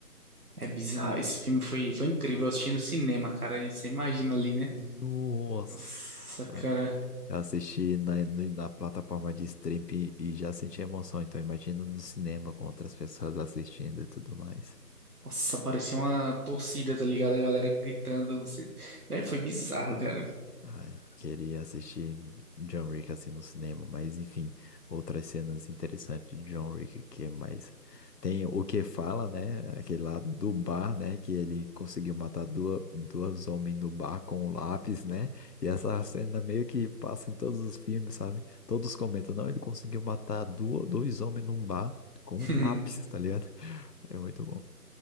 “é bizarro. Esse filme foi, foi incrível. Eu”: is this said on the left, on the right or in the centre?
Right